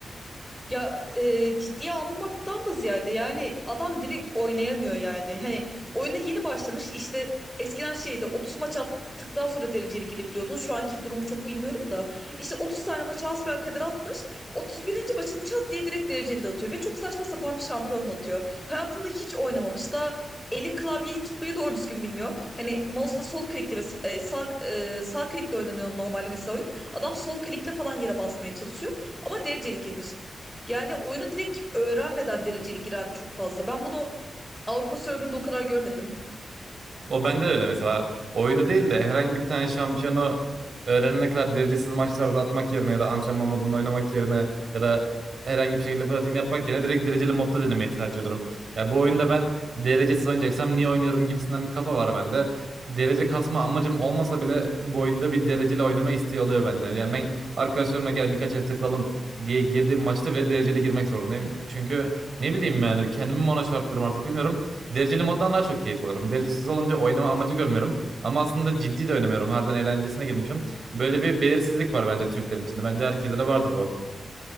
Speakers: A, in the centre; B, on the right.
A: Ya e, ciddiye almamaktan da ziyade yani adam direkt oynayamıyor yani. Hani oyuna yeni başlamış işte eskiden şeyde 30 maç attıktan sonra dereceli girebiliyordun. Şu anki durumu çok bilmiyorum da. İşte 30 tane maçı hasbelkader atmış. 31. maçını çat diye direkt dereceli de atıyor. Ve çok saçma sapan bir şampiyonla atıyor. Hayatında hiç oynamamış. Daha eli klavyeyi tutmayı doğru düzgün bilmiyor. Hani mouse'la sol klikle mesela e, sağ, e, sağ klikle oynanıyor normalde mesela oyun. Adam sol klikle falan yere basmaya çalışıyor. Ama dereceli girmiş. Yani oyunu direkt öğrenmeden dereceli giren çok fazla. Ben bunu Avrupa serverında o kadar görmedim.
B: O bende de öyle mesela. Oyunu değil de herhangi bir tane şampiyonu öğrenene kadar derecesiz maçlarda atmak yerine ya da antrenman modunda oynamak yerine ya da herhangi bir şekilde pratiğini yapmak yerine direkt dereceli modda denemeyi tercih ediyorum. Ya bu oyunda ben derecesiz oynayacaksam niye oynuyorum gibisinden bir kafa var bende. Derece kasma amacım olmasa bile bu oyunda bir dereceli oynama isteği oluyor bende. Yani ben arkadaşlarımla gel birkaç el takılalım diye girdiğim maçta bile dereceli girmek zorundayım. Çünkü ne bileyim yani kendimi mi ona şarttırıyorum artık bilmiyorum. Dereceli moddan daha çok keyif alırım. Derecesiz olunca oynama amacı görmüyorum. Ama aslında ciddi de oynamıyorum. Harbiden eğlencesine girmişim. Böyle bir belirsizlik var bence Türklerin içinde. Bence herkese de vardır bu.